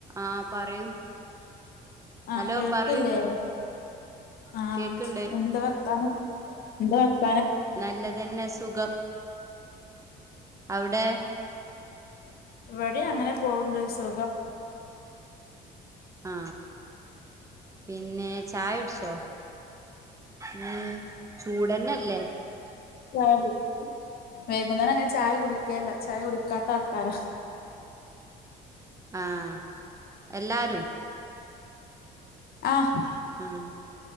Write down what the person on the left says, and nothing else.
ആ
കേൾക്കില്ലേ
ആആഹ്
എന്ത്‌ വർത്താനൊക്കെ എന്ത <unintelligible>
ഇവടീം അങ്ങനെ പോകുണ്ട് സുഖം
ഞാനും വേകുന്നേരം അങ്ങനെ ഛായ കുടിക്കേല്ല ഛായ കുടിക്കാത്ത ആൾക്കാരാഹ്
ആഹും